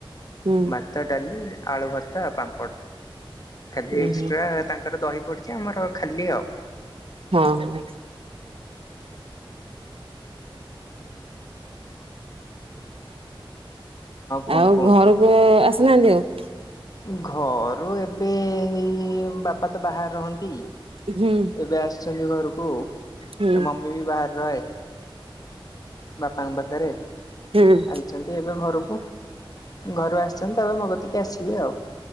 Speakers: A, on the right (about 85°); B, on the left (about 40°).
A: ହୁଁ
B: ଭାତ ଡାଲି ଆଳୁ ଭର୍ତା ପାମ୍ପଡ ଖାଲି
A: ହୁଁ
B: ଏକ୍ସଟ୍ରା
A: ହୁଁ
B: ତାଙ୍କ ତାରେ ଦହି ପଡିଛି ଆମର ଖାଲି ଆଉ।
A: ହଁ ହ।
B: ହୁଁ। କଣ
A: ଆଉ
B: କୁହନ୍ତୁ?
A: ଘରକୁ ଆସୁନାହାନ୍ତି ଆଉ?
B: ଘରୁ ଏବେଇ ବାପା ତ ବାହାରେ ରହନ୍ତି।
A: ହୁଁ
B: ଏବେ ଆସିଚନ୍ତି ଘରକୁ
A: ହୁଁ
B: ଏ ମମି ବି ବାହାରେ ରହେ। ବାପାଙ୍କ ପାଖରେ,
A: ହୁଁ
B: ଆଇଚନ୍ତି ଏବେ ଘରୁ ହ ଘରୁ ଆସିଚନ୍ତି ତାପରେ ମୋ କତିକି ଆସିବେ, ଆଉ